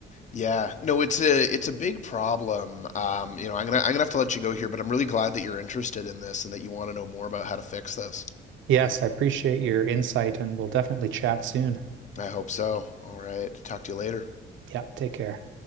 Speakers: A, on the left; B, on the right.
A: Yeah, no, it's a it's a big problem. Um, you know, I'm gonna I'm gonna have to let you go here, but I'm really glad that you're interested in this and that you want to know more about how to fix this.
B: Yes, I appreciate your insight, and we'll definitely chat soon.
A: I hope so. All right, talk to you later.
B: Yep, take care.